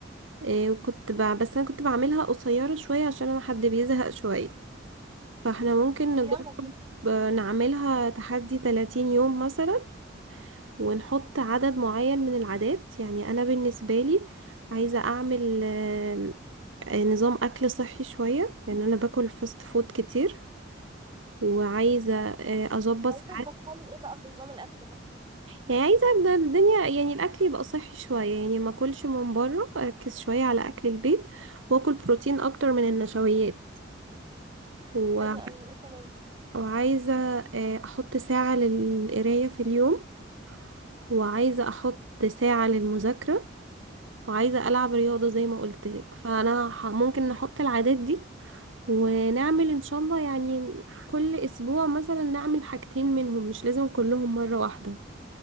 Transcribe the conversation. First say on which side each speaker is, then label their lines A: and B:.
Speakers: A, on the right; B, on the right.
A: إيه، وكنت ب... بس أنا كنت بعملها قصيرة شوية عشان أنا حد بيزهق شوية فاحنا ممكن
B: طب
A: نجرب
B: يلا بينا
A: آه، نعملها تحدي 30 يوم مثلا ونحط عدد معين من العادات يعني أنا بالنسبة لي عايزة أعمل آم، آه، نظام أكل صحي شوية لأن أنا باكل فاست فود كتير وعايزة آه، أظبط
B: عايزه تدخلي ايه بقى في نظام الاكل ده
A: يعني عايزة أبدأ الدنيا يعني الأكل يبقى صحي شوية يعني ما أكلش من بره أركز شوية على أكل البيت وأكل بروتين أكتر من النشويات و...
B: حلو قوي وايه كمان
A: وعايزة آه، أحط ساعة للقراية في اليوم وعايزة أحط ساعة للمذاكرة وعايزة ألعب رياضة زي ما قلت لك فأنا ح... ممكن نحط العادات دي ونعمل إن شاء الله يعني كل أسبوع مثلا نعمل حاجتين منهم مش لازم كلهم مرة واحدة